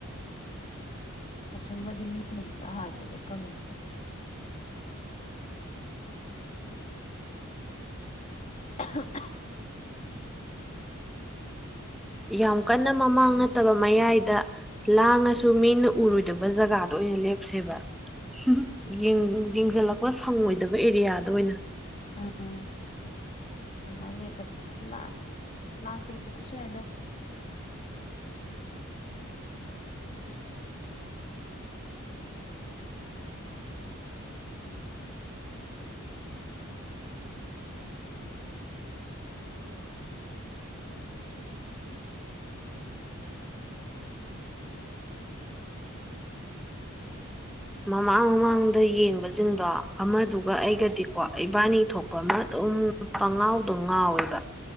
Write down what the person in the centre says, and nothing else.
ꯌꯥꯝ ꯀꯟꯅ ꯃꯃꯥꯡ ꯅꯠꯇꯕ ꯃꯌꯥꯏꯗ ꯂꯥꯡꯉꯁꯨ ꯃꯤꯅ ꯎꯔꯣꯏꯗꯕ ꯖꯒꯥꯗ ꯑꯣꯏꯅ ꯂꯦꯞꯁꯦꯕ ꯍꯝ ꯍꯝ ꯌꯦꯡ ꯌꯦꯡꯖꯜꯂꯛꯄ ꯁꯪꯑꯣꯏꯗꯕ ꯑꯦꯔꯤꯌꯥꯗ ꯑꯣꯏꯅ
ꯃꯃꯥꯡ ꯃꯃꯥꯡꯗ ꯌꯦꯡꯕꯖꯤꯡꯗꯣ ꯑꯃꯗꯨꯒ ꯑꯩꯒꯗꯤꯀꯣ ꯏꯕꯥꯅꯤ ꯊꯣꯛꯄ ꯑꯃ ꯑꯗꯨꯝ ꯄꯪꯉꯥꯎꯗ ꯉꯥꯎꯋꯦꯕ